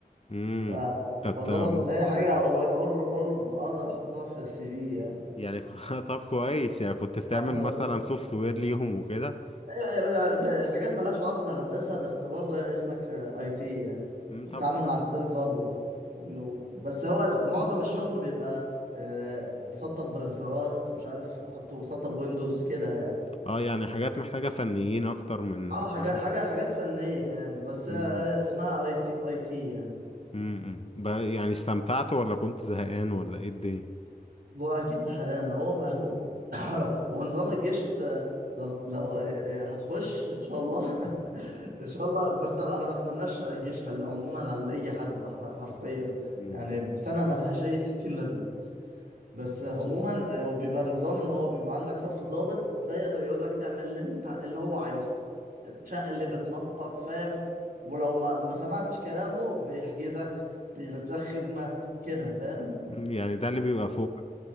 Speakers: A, on the left; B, on the right.
A: امم
B: ف...
A: كانت
B: فظبط
A: م-
B: ان هي حاجه قري- قر- قرب اقدر احطها في السي في يعني
A: يعني <laughs> طب كويس يعني كنت بتعمل
B: الحمد لله
A: مثلا سوفت وير ليهم وكده
B: أيوة، أيوة، أيوة، يعني ب- حاجات مالهاش علاقه بهندسه بس برضه يعني اسمك اي تي يعني
A: امم
B: بتتعامل
A: طب كويس
B: مع السيرفر و... و... بس هو ال- معظم الشغل بيبقى آه، سطب برنترات مش عارف احطه سطب ويندوز كده يعني
A: اه يعني حاجات محتاجة فنيين اكتر من
B: اه حاجات
A: واحد
B: حاجه حاجات فنيه يعني بس
A: امم
B: آه، اسمها اي تي اي تي يعني
A: امم ب- يعني استمتعت ولا كنت زهقان ولا ايه الدنيا
B: هو اكيد زهقان هو مهووب <coughs> ونظام الجيش انت لو لو آه، آه، هتخش ان شاء الله <laughs> ان شاء الله بس انا ما اتمناش الجيش على- عموما على اي حد ح- حرفيا
A: امم
B: يعني سنه ملهاش اي 60 لازمه بس عموما آه، بيبقى النظام ان هو بيبقى عندك صف ضابط ده يقدر يقول لك تعمل اللي انت اللي هو عايزه تشق اللي بتنطط فاهم ولو ما ما سمعتش كلامه بيحجزك بينزلك خدمه كده فاهم
A: يعني ده اللي بيبقى فوق